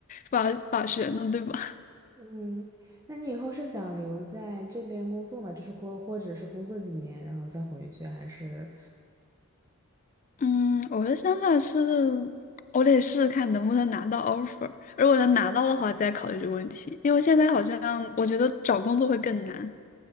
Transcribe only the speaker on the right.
嗯，那你以后是想留在这边工作嘛？就是过，或者是工作几年，然后再回去，还是，